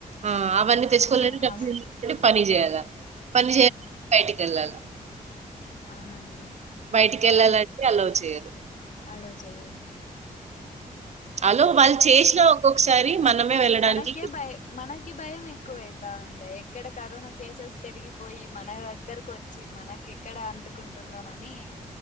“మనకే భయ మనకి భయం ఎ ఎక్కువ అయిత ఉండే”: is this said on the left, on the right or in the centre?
Left